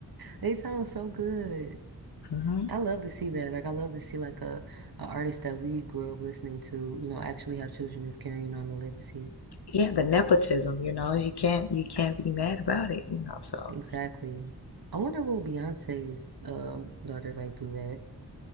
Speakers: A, on the right (about 65°); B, on the left (about 75°).
A: They sound so good.
B: hmm
A: I love to see that. Like I love to see like a, a artist that we grew up listening to, you know, actually have children that's carrying on the legacy.
B: Yeah, the nepotism, you know, you can't you can't be mad about it, you know. So,
A: Exactly. I wonder will Beyonce's um daughter like do that?